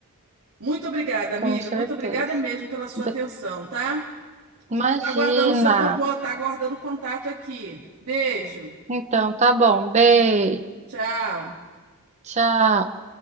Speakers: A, on the right (about 85°); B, on the right (about 30°).
A: Muito obrigada, amiga.
B: com certeza.
A: Muito obrigada mesmo pela sua
B: Be-
A: atenção, tá?
B: Imagina.
A: Vou estar aguardando o seu, co- vou estar aguardando o contato aqui. Beijo.
B: Então, tá bom. Beijo.
A: Tchau.
B: Tchau.